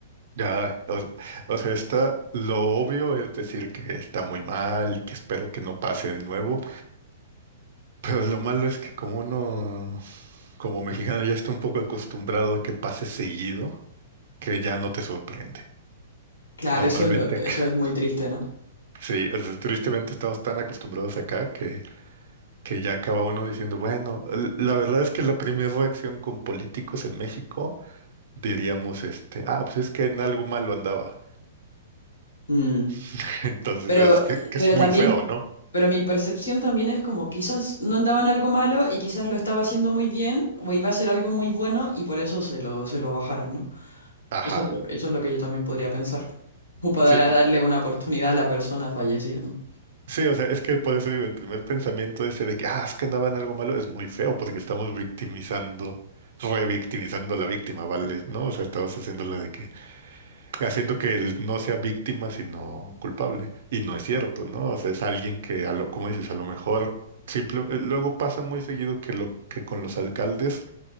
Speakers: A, on the right (about 55°); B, on the left (about 80°).
A: Ya, o, o sea, está, lo obvio es decir que está muy mal, que espero que no pase de nuevo, pero lo malo es que como uno, como mexicano, ya está un poco acostumbrado a que pase seguido, que ya no te sorprende.
B: Claro,
A: Normalmente,
B: eso es lo, eso
A: <laughs>
B: es muy triste, ¿no?
A: Sí, o sea, tristemente estamos tan acostumbrados acá que, que ya acaba uno diciendo, bueno, l- la verdad es que la primera reacción con políticos en México diríamos, este, ah, pues es que en algo malo andaba.
B: Mm.
A: <laughs> Entonces
B: Pero,
A: es que, que
B: pero
A: es muy
B: también,
A: feo, ¿no?
B: pero mi percepción también es como quizás no andaba en algo malo y quizás lo estaba haciendo muy bien o iba a ser algo muy bueno y por eso se lo, se lo bajaron, ¿no?
A: Ajá.
B: Eso es lo, eso es lo que yo también podría pensar. O para
A: Sí,
B: darle
A: l-
B: una oportunidad a la persona fallecida, ¿no?
A: sí, o sea, es que por eso digo, el primer pensamiento ese de que, ah, es que andaba en algo malo es muy feo porque estamos victimizando, revictimizando a la víctima, ¿vale? ¿No? O sea, estamos haciéndolo de que haciendo que él no sea víctima, sino culpable. Y no es cierto, ¿no? O sea, es alguien que, a lo- como dices, a lo mejor simple, eh, luego pasa muy seguido que lo que con los alcaldes,